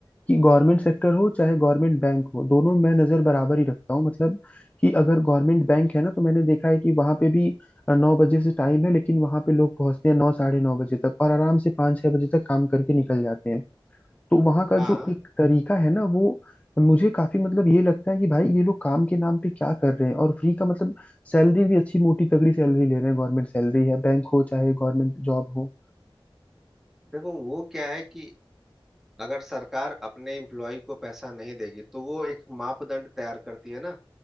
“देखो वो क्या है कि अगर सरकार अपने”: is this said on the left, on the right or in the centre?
Centre